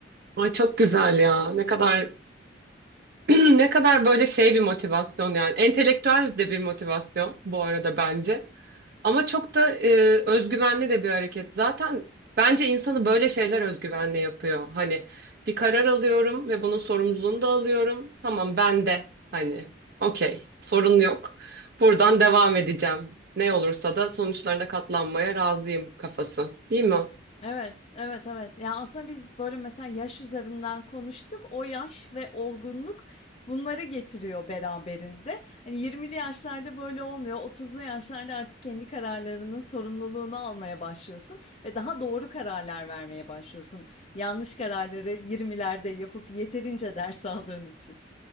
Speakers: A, on the right (about 55°); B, on the left (about 35°).
A: Ay çok güzel ya. Ne kadar <clears throat> Ne kadar böyle şey bir motivasyon yani. Entelektüel de bir motivasyon bu arada bence. Ama çok da e, özgüvenli de bir hareket. Zaten bence insanı böyle şeyler özgüvenli yapıyor. Hani bir karar alıyorum ve bunun sorumluluğunu da alıyorum. Tamam ben de hani okey sorun yok. Buradan devam edeceğim. Ne olursa da sonuçlarına katlanmaya razıyım kafası. Değil mi?
B: Evet, evet, evet. Ya, aslında biz böyle mesela yaş üzerinden konuştuk. O yaş ve olgunluk bunları getiriyor beraberinde. Hani 20'li yaşlarda böyle olmuyor. 30'lu yaşlarda artık kendi kararlarının sorumluluğunu almaya başlıyorsun ve daha doğru kararlar vermeye başlıyorsun. Yanlış kararları yirmilerde yapıp yeterince ders aldığın için.